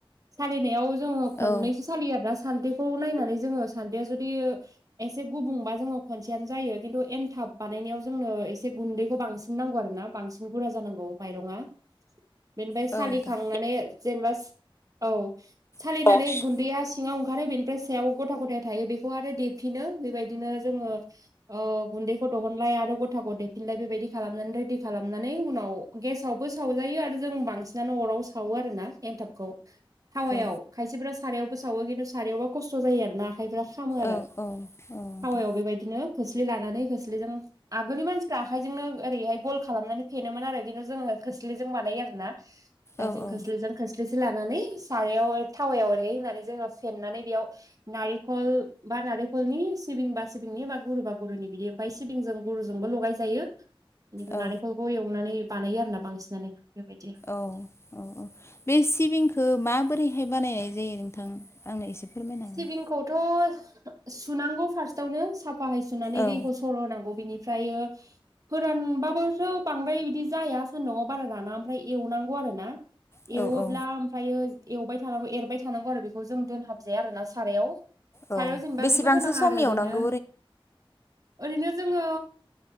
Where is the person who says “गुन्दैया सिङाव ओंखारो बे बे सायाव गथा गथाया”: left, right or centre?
Right